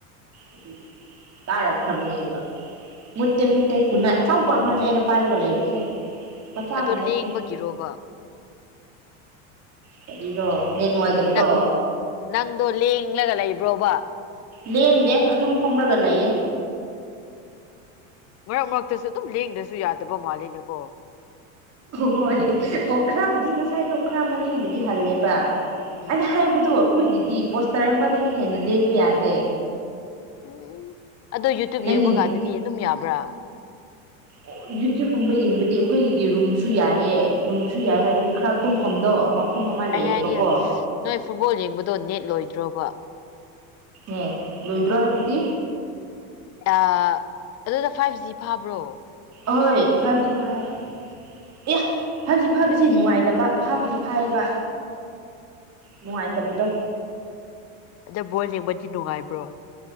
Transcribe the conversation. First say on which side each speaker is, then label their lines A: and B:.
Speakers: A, on the right; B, on the left.
A: ꯑꯗꯨꯒꯤ ꯇꯥꯔꯛꯈ꯭ꯔꯕꯅꯦꯕ ꯃꯨꯠꯇꯦ ꯃꯨꯠꯇꯦ ꯒꯨꯠ ꯅꯏꯠ ꯑꯆꯥꯎꯕ ꯑꯃꯅꯦ ꯑꯩꯅ ꯄꯥꯏꯔꯒ ꯂꯩꯕꯁꯦ ꯃꯆꯥꯒ
B: ꯑꯗꯣ
A: ꯅꯠꯇꯦ
B: ꯂꯦꯡꯕꯒꯤꯔꯣꯕ
A: ꯀꯔꯤꯔꯣ ꯅꯦꯠ ꯅꯨꯡꯉꯥꯏꯇꯕꯗꯣ
B: ꯅꯪ ꯅꯪꯗꯣ ꯂꯦꯡꯂꯒ ꯂꯩꯕ꯭ꯔꯣꯕ
A: ꯂꯦꯡꯗꯦ ꯑꯗꯨꯝ ꯐꯝꯃꯒ ꯂꯩꯌꯦ
B: ꯃꯔꯛ ꯃꯔꯛꯇꯁꯨ ꯑꯗꯨꯝ ꯂꯦꯡꯗ꯭ꯔꯁꯨ ꯌꯥꯗꯕ ꯃꯥꯜꯂꯦꯅꯀꯣ
A: ꯍꯣꯏ ꯑꯣ ꯈꯔꯕꯨꯗꯤ ꯉꯁꯥꯏꯗꯣ ꯈꯔ ꯃꯅꯤꯡꯕꯨꯗꯤ ꯍꯜꯂꯦꯕ
B: ꯎꯝ
A: ꯑꯩꯅ ꯍꯥꯏꯕꯗꯣ ꯑꯩꯈꯣꯏꯒꯤꯗꯤ ꯄꯣꯁꯇꯔ ꯑꯃꯗꯒꯤ ꯍꯦꯟꯅ ꯂꯦꯡꯕ ꯌꯥꯗꯦ
B: ꯎꯝ ꯑꯗꯣ ꯌꯨꯇ꯭ꯌꯨꯕ
A: ꯅꯪꯒꯤ
B: ꯌꯦꯡꯕ ꯀꯥꯟꯗꯗꯤ ꯑꯗꯨꯝ ꯌꯥꯕꯔꯥ
A: ꯑꯣ ꯌꯨꯇ꯭ꯌꯨꯕ ꯀꯨꯝꯕ ꯌꯦꯡꯕꯗꯤ ꯑꯩꯈꯣꯏꯒꯤ ꯔꯨꯝꯁꯨ ꯌꯥꯏꯌꯦ ꯔꯨꯝꯁꯨ ꯌꯥꯏ ꯍꯥꯏꯕꯗꯤ ꯈꯔ ꯇꯨꯝꯐꯝꯗꯣ ꯃꯐꯝ ꯑꯃ ꯂꯩꯌꯦꯕꯀꯣ
B: ꯑꯩꯅ ꯍꯥꯏꯗꯤ ꯅꯣꯏ ꯐꯨꯠꯕꯣꯜ ꯌꯦꯡꯕꯗꯣ ꯅꯦꯠ ꯂꯣꯏꯗ꯭ꯔꯣꯕ
A: ꯅ ꯂꯣꯏꯗ꯭ꯔꯣ ꯍꯥꯏꯕꯗꯤ
B: ꯑ ꯑꯗꯨꯗ ꯐꯥꯏꯚ ꯖꯤ ꯐꯥꯕ꯭ꯔꯣ
A: ꯑꯣꯏ ꯐꯥꯏꯚ ꯖꯤ ꯐꯥꯏꯌꯦ ꯑꯦ ꯐꯥꯏꯚ ꯖꯤ ꯐꯕꯁꯤ ꯅꯨꯡꯉꯥꯏꯇꯕ ꯐꯥꯕꯨꯗꯤ ꯐꯥꯏꯌꯦꯕ ꯅꯨꯡꯉꯥꯏꯇꯕꯗꯣ
B: ꯑꯗꯣ ꯕꯣꯜ ꯌꯦꯡꯕꯗꯤ ꯅꯨꯡꯉꯥꯏꯕ꯭ꯔꯣ